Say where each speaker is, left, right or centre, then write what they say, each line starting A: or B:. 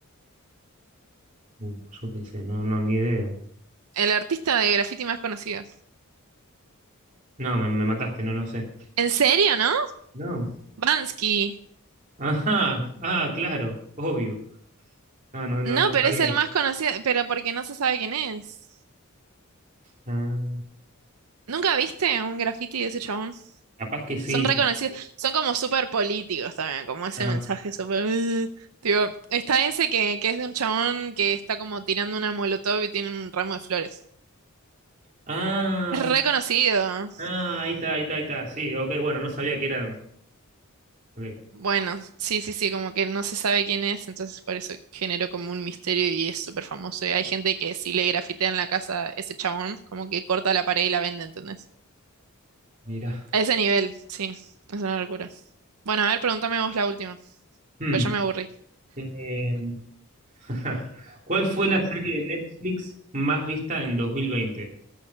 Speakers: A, on the right; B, on the right.
A: Uh, yo qué sé, no, no, ni idea.
B: El artista de graffiti más conocido.
A: No, me, me mataste, no, no sé.
B: ¿En serio, no?
A: No.
B: Bansky.
A: Ajá, ah, claro, obvio. Ah, no, no,
B: No,
A: no
B: pero
A: sabía.
B: es el más conocido, pero porque no se sabe quién es.
A: Ah,
B: ¿Nunca viste un graffiti de ese chabón?
A: capaz que sí.
B: Son reconocidos, son como súper políticos también, como ese
A: Ah,
B: mensaje súper... "Ugh". Tipo, está ese que, que es de un chabón que está como tirando una molotov y tiene un ramo de flores.
A: ah,
B: Es reconocido.
A: ah, ahí está, ahí está, ahí está. Sí, ok, bueno, no sabía que eran. Ok,
B: Bueno, sí, sí, sí, como que no se sabe quién es, entonces por eso generó como un misterio y es súper famoso. Y hay gente que si le grafitean la casa a ese chabón, como que corta la pared y la vende, ¿entendés?
A: mira.
B: A ese nivel, sí, es una locura. Bueno, a ver, pregúntame vos la última,
A: Hmm.
B: pues ya me aburrí.
A: Eh, <laughs> ¿Cuál fue la serie de Netflix más vista en 2020?